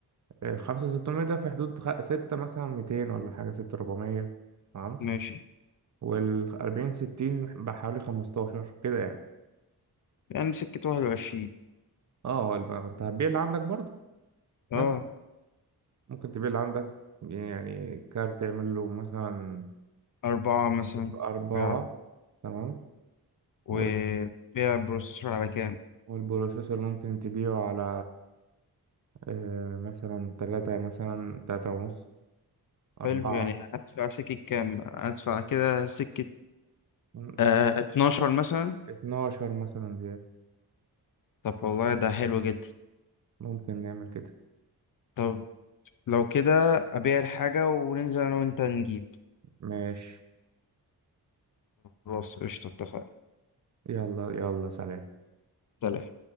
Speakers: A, on the right; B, on the left.
A: الخمسة ستمية ده في حدود خ- ستة مثلا ميتين ولا حاجة ستة ربعمية تمام
B: ماشي
A: والأربعين ستين بحوالي خمستاشر كده يعني
B: يعني سكة واحد وعشرين
A: اه هو الم- انت هتبيع اللي عندك برضه
B: اه
A: مثلا ممكن تبيع اللي عندك يعني كارت يعمل له مثلا
B: أربعة مثلا
A: أربعة
B: بيع
A: تمام
B: وبيع
A: وال-
B: بروسيسور على كام
A: والبروسيسور ممكن تبيعه على آه، مثلا تلاتة مثلا تلاتة ونص أربعة
B: حلو يعني هدفع سكة كام هدفع كده سكة
A: م-
B: آه اتناشر مثلا
A: اتناشر مثلا زيادة
B: طب والله ده حلو جدا
A: ممكن نعمل كده
B: طب لو كده أبيع الحاجة وننزل أنا وأنت نجيب
A: ماشي
B: خلاص قشطة اتفقنا
A: يلا يلا سلام
B: سلام